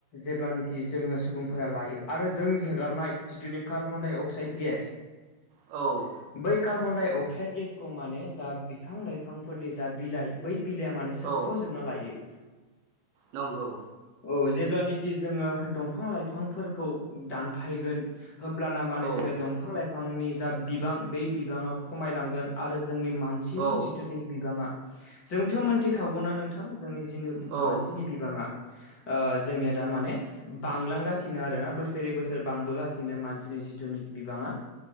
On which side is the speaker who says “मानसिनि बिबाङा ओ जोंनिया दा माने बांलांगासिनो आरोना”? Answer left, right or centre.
Left